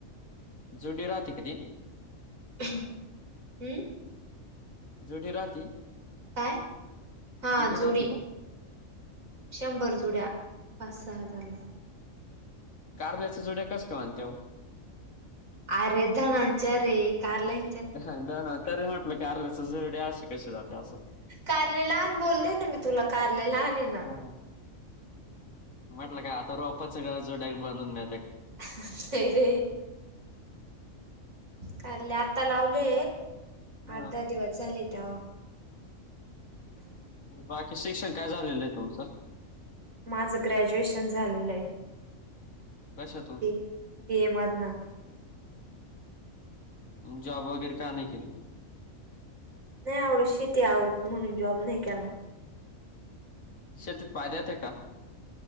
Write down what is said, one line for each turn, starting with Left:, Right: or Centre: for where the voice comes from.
Left: जुडी राात क दिन
Right: हम्म
Left: जेढी राात
Right: काय हा
Left: राहते
Right: जुडी
Left: का?
Right: शंभर जुड्या पाच सहा हजारला
Left: कार्ल्याच्या जोड्या कस का म्हनते
Right: अरेधनांच्या रे कालाय
Left: द तरी म्हटलं की आरल्याच जवडे असे कशी जाते असं
Right: कार्यालन बोलले निमित्त तुला कारले लान ना
Left: हा. म्हटलं काय आता रोपाच गरजोड्याग बनवून घ्या
Right: नाही ते काले आता लावले
Left: हा.
Right: आठ दहा दिवस झाले त्या
Left: बाकी शिक्षण काय झालेलं आहे तुमचं
Right: माझं ग्रॅज्युएशन झालेलं आहे
Left: कशातून?
Right: बी बीएमधन
Left: जॉब वगैरे का नाही केले
Right: नाही आवडत शेती आवड म्हणून जॉब नाही केला
Left: शेतीत फायदा येते का